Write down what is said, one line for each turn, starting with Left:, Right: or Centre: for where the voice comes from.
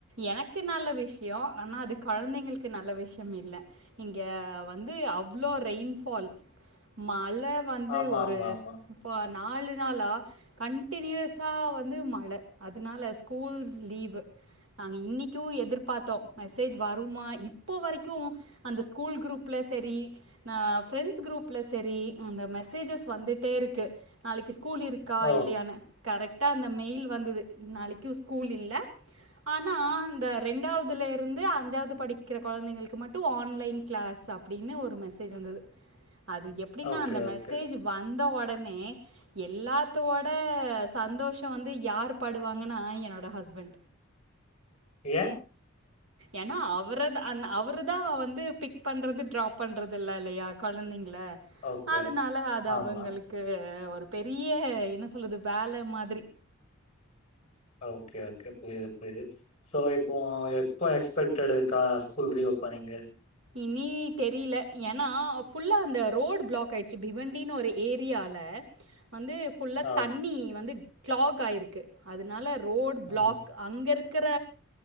Right: எனக்கு நல்ல விஷய ஆனா அது கொழந்தைங்களுக்கு நல்ல விஷய இல்ல இங்க வந்து அவ்வளோ ரெயின்ஃபால் மழை வந்து
Left: ஆமா
Right: ஒரு
Left: ஆமா ஆமா
Right: இப்போ நாலு நாளா கன்டினியூஸா வந்து மழை அதனால ஸ்கூல்ஸ் லீவு நாங்கள் இன்னைக்கு எதிர்பாத்தோ மெசேஜ் வருமா இப்போ வரைக்கு அந்த ஸ்கூல் குரூப்ல சேரி நான் பிரண்ட்ஸ் குரூப்பில சரி அந்த மெசேஜஸ் வந்துட்டே இருக்கு நாளைக்கு ஸ்கூல் இருக்கு கா
Left: ஓ
Right: இல்லையான கரெக்டா அந்த மெயில் வந்தது நாளைக்கு ஸ்கூல் இல்ல ஆனா இந்த ரெண்டாவதுல இருந்து அஞ்ஜாவது படிக்கிற கொழந்தைங்களுக்கு மட்டு ஆன்லைன் கிளாஸ் அப் அப்டின்னு ஒரு மெசேஜ் வந்தது அது எப்டின்னா
Left: ஓகே
Right: அந்த
Left: ஓகே
Right: மெசேஜ் வந்த உடனே எல்லாத்தோட சந்தோஷம் வந்து யார் படுவாங்கன்னா என்னோட ஹஸ்பண்ட்
Left: ஏன்
Right: ஏன்னா அவர அவரு தா வந்து பிக் பண்றது டிராப் பண்றது இல்ல இல்லையா கொழந்தைங்கள
Left: ஓகே
Right: அதனால அது
Left: ஆமா
Right: அவங்களுக் ஒரு பெரிய என்ன சொல்லுது வேலை மாதிரி
Left: ஓகே ஓகே புரியுது புரியுது சோ இப்போ எப்போ எக்ஸ்பெக்டடுக்க ஸ்கூல் ரீஓபனிங்கு
Right: இனி தெரியல ஏன்னா ஃபுல்லா அந்த ரோடு பிளாக் ஆயிடுச்சு பிவண்டினு ஒரு ஏரியால வந்து புல்லா
Left: ஆ
Right: தண்ணி வந்து கிளாக் ஆயிருக்கு அதனால ரோடு பிளாக்
Left: ம்
Right: அங்கே இருக்கிற